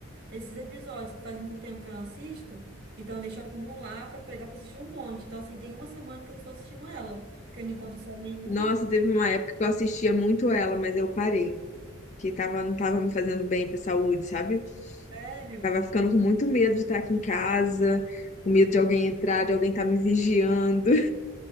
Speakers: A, on the right; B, on the left.
A: esses episódios que faz muito tempo que eu não assisto, então eu deixo acumular pra pegar pra assistir um monte. Então, assim, tem uma semana que eu só tô assistindo ela, porque eu não encontro série nenhuma.
B: Nossa, teve uma época que eu assistia muito ela, mas eu parei. Que tava, não tava me fazendo bem pra saúde, sabe?
A: Sério?
B: Tava ficando com muito medo de estar aqui em casa, com medo de alguém entrar, de alguém estar me vigiando.